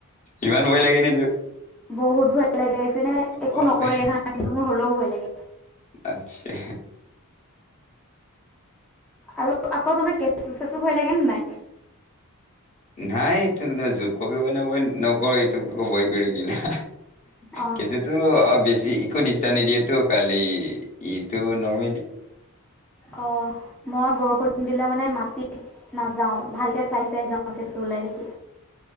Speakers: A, on the left; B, in the centre.
A: ইমান ভয় লাগে নে জোক
B: বহুত ভয় লাগে <unintelligible> একো
A: বাপৰে
B: নকৰে হা। <unintelligible> মোৰ হ'লেও ভয় লাগে।
A: আতছা।
B: আৰু আকৌ তুমি কেঁচু চেচু ভয় লাগে নে নাই?
A: নাই এই তোক জোক কবি মানে বই নকৰো এইটো ভয় কৰি কিলে।
B: অ
A: কেঁচুটো বেছি একো দিষ্টাপ নিদিয়েতো কালি ইটো নৰ্মেলি
B: অ মই বৰষুণ দিলে মানে মাটি নাযাও ভালকে চাই চাই যাওঁ। কেঁচু ওলাই দেখি।